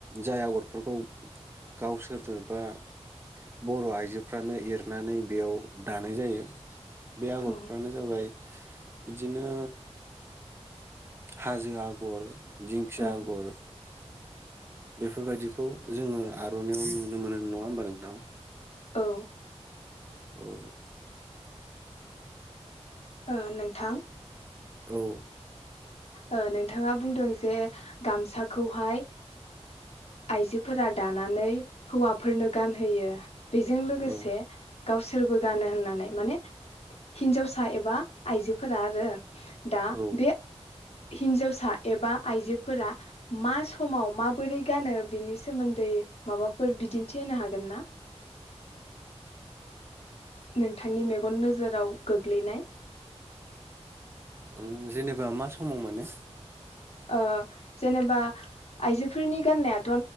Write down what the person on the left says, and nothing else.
औ
औ
औ
ओ नोंथां
ओ नोंथाङा बुंदों जे गामसाखौहाय आइजोफोरा दानानै हौवाफोरनो गानहोयो बेजों लोगोसे
गावसोरबो गानो होननानै माने हिन्जावसा एबा आइजोफोरा आरो दा
बे हिनजावसा एबा आइजोफोरा मा समाव माबोरै गानो बिनि स सोमोन्दै माबाफोर बिदि थिहोनो हागोन ना? नोंथांनि मेगन नोजोराव गोग्लैनाय
ओ जेनेबा आइजोफोरनि गाननायाथ